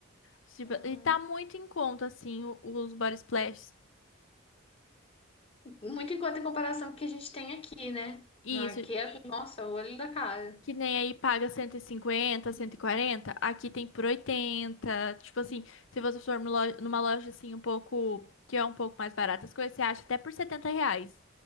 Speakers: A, on the left; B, on the left.
A: Tipo,
B: Aham.
A: E tá muito em conta assim o- os body splash.
B: Muito em conta em comparação com o que a gente tem aqui, né?
A: Isso,
B: Não, Aqui é, nossa, o olho da cara.
A: Que nem aí paga cento cento e cinquenta, cento e quarenta. aqui tem por oitenta, Tipo assim, se você for numa loja numa loja, assim um pouco, que é um pouco mais barata as coisas, você acha até por 70 reais.